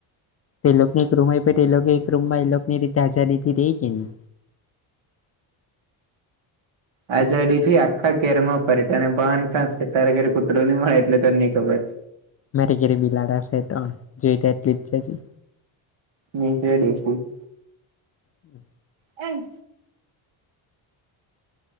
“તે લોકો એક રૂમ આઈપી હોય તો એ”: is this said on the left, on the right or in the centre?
Left